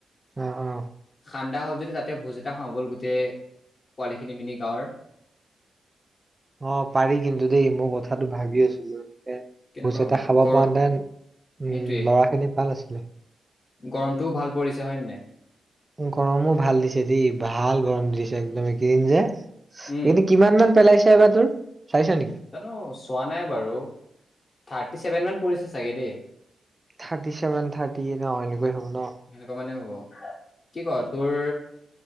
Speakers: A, on the right; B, on the left.
A: অ অ
B: খান্দা হ'ল যদি তাত তাতে ভোজ এটা খাওঁ ব'ল গোটেই পোৱালিখিনি মিলি গাঁৱৰ
A: অ পাৰি কিন্তু দেই মই কথাটো ভাবি আছিলো
B: কেনেকুৱা
A: খোচ এটা
B: হ'ব
A: খাব
B: গৰম
A: পাৰাতেন উম
B: সেইটোৱে
A: লৰা খিনি ভাল আছিলে
B: গৰমটোও ভাল পৰিছে হয় নে নাই
A: গৰমো ভাল দিছে দে ভাল গৰম দিছে একদম এইকেইদিন
B: উম
A: যে কিমান মান পেলাইছে এবাৰ তোৰ চাইছা নেকি
B: জানো চোৱা নাই বাৰু থাৰ্টি চেভেন মান পৰিছে চাগে দেই
A: থাৰ্টি চেভেন থাৰ্টিেন এনেকৈয় হ'ব ন
B: সেনেকুৱা মানেও হ'ব কি কয় তোৰ